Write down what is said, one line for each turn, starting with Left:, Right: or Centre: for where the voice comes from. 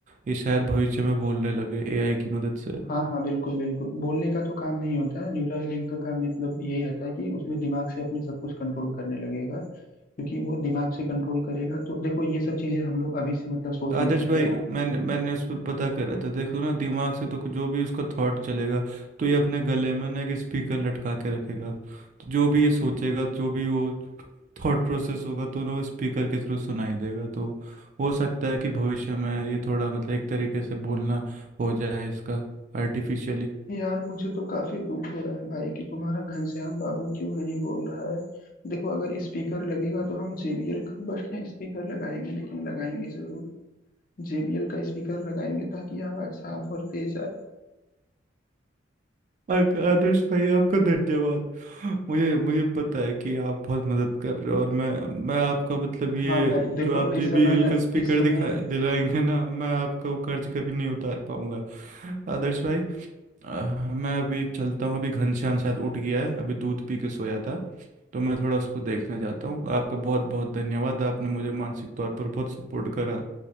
Right: ये शायद भविष्य में बोलने लगे एआई की मदद से
Left: हाँ हाँ बिल्कुल बिल्कुल बोलने का तो काम नहीं होता न्यूरालिंक का काम मतलब यही रहता है कि उसमें दिमाग से अपने सब कुछ कंट्रोल करने लगेगा क्योंकि वो दिमाग से कंट्रोल करेगा तो देखो ये सब चीजें हम लोग अभी से मतलब सोच
Right: आदर्श
Left: नहीं सकते
Right: भाई
Left: ना
Right: मैंने मैंने उस पर पता करा था देखो ना दिमाग से तो जो भी उसका थॉट चलेगा तो ये अपने गले में ना एक स्पीकर लटका के रखेगा तो जो भी ये सोचेगा जो भी वो थॉट प्रोसेस होगा तो ना वो स्पीकर के थ्रू सुनाई देगा तो हो सकता है कि भविष्य में ये थोड़ा मतलब एक तरीके से बोलना हो जाए इसका आर्टिफिशियली
Left: यार मुझे तो काफी दुख हो रहा है भाई कि तुम्हारा घनश्याम बाबू क्यों नहीं बोल रहा है देखो अगर स्पीकर लगेगा तो हम जेबीएल का बढ़िया स्पीकर लगाएंगे लेकिन लगाएंगे जरूर जेबीएल का स्पीकर लगाएंगे ताकि आवाज साफ और तेज आए
Right: अग- आदर्श भाई आपका धन्यवाद मुझे मुझे पता है कि आप बहुत मदद कर रहे हो और मैं मैं आपका मतलब ये
Left: हाँ भाई देखो
Right: जो आप JBL
Left: इस समय ना
Right: का स्पीकर
Left: इस समय
Right: दिखा दिलाएंगे ना मैं आपका वो कर्ज कभी नहीं उतार पाऊंगा आदर्श भाई अ, मैं अभी चलता हूँ अभी घनश्याम शायद उठ गया है अभी दूध पी के सोया था तो मैं थोड़ा उसको देखने जाता हूँ आपका बहुत बहुत धन्यवाद आपने मुझे मानसिक तौर पर बहुत सपोर्ट करा